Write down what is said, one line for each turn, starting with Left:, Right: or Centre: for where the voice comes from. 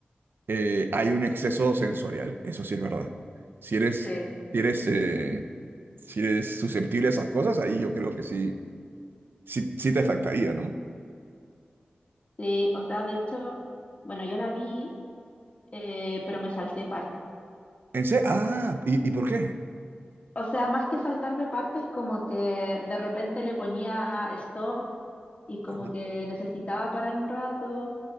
Right: eh, hay un exceso sensorial, eso sí es verdad. Si eres,
Left: Sí,
Right: si eres, eh, si eres susceptible a esas cosas, ahí yo creo que sí, sí, sí te afectaría, ¿no?
Left: sí. O sea, de hecho, bueno, yo la vi, eh, pero me salté partes.
Right: En se- ah, ¿y, y por qué?
Left: O sea, más que saltarme partes, como que de repente le ponía stop y como
Right: Ajá.
Left: que necesitaba parar un rato,